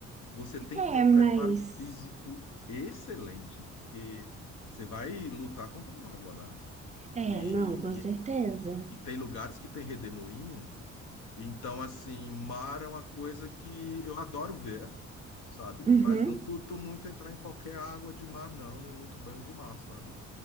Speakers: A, on the left; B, on the right.
A: Você tem
B: É,
A: que ter um
B: mas.
A: preparo físico excelente, porque você vai lutar contra a água lá.
B: É,
A: E,
B: não, com
A: e,
B: certeza.
A: e tem lugares que tem redemoinho, então, assim, mar é uma coisa que eu adoro ver, sabe?
B: Uhum,
A: Mas não curto muito entrar em qualquer água de mar, não, nem muito banho de mar, sabe?